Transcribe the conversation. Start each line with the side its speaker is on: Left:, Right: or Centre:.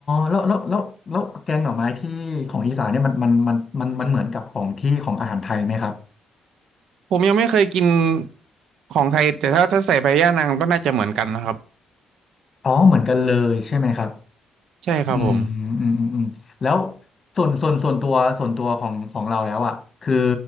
Left: แล้วแล้วแล้วแล้วแกงหน่อไม้ที่ของอีสานเนี่ยมันมันมันมันมันเหมือนกับของที่ของอาหารไทยไหมครับ
Right: ผมยังไม่เคยกินของไทยแต่ถ้าถ้าใส่ใบย่านางก็น่าจะเหมือนกันนะครับ
Left: อ๋อเหมือนกันเลยใช่ไหมครับ
Right: ใช่ครับผม
Left: อืมอืมอืมอืมแล้วส่วนส่วนส่วนตัวส่วนตัวของของเราแล้วอ่ะคือ